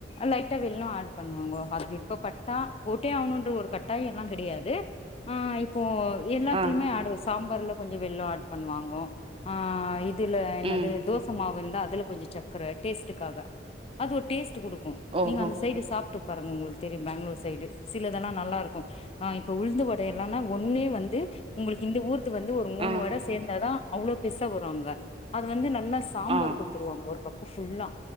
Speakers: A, on the left; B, on the right.
A: லைட்டா வெல்லோ ஆட் பண்ணுவங்கோ அது விருப்பட்டா போட்டே ஆகணுன்ற ஒரு கட்டாயோ எல்லா கெடையாது ஆ இப்போ எல்லாத்துலயுமே
B: ஆ
A: ஆடு சாம்பார்லா கொஞ்சோ வெல்லோ ஆட் பண்ணுவாங்கோ ஆ இப் அதுல என்னது
B: ம்
A: தோச மாவு இருந்தா அதுல கொஞ்ச சக்க டேஸ்ட்டுக்காக அது ஒரு டேஸ்ட் குடுக்கு
B: ஓஹோ
A: நீங்க அந்த சைடு சாப்ட்டுப் பாருங்க உங்குளுக்கு தெரியு பெங்களூர் சைடு சிலதெல்லா நல்லா இருக்கும் அ இப்ப உழுந்து வட எல்லானா ஒண்ணே வந்து உங்களுக்கு இந்த ஊருத்து வந்து ஒரு மூணு
B: ஆ
A: வட சேர்ந்தா அவ்ளோ பெருசா வரு அங்க அது வந்து நல்லா சாம்பார்
B: ஆ
A: குடுத்துருவாங்கோ ஒரு கப்பு ஃபுல்லா